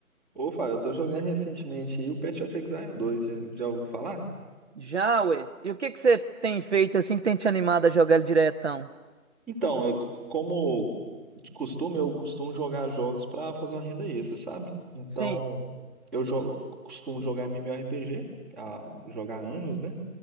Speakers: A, in the centre; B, on the right (about 50°).
A: Ô, Fael, eu tô jogando recentemente aí o Path of Exile 2, já, já ouviu falar?
B: Já, ué. E o que que você tem feito assim que tem te animado a jogar ele diretão?
A: Então, eu, como de costume, eu costumo jogar jogos pra fazer uma renda extra, sabe? Então,
B: Sim.
A: eu jo- costumo jogar MMORPG, ah, jogar há anos, né?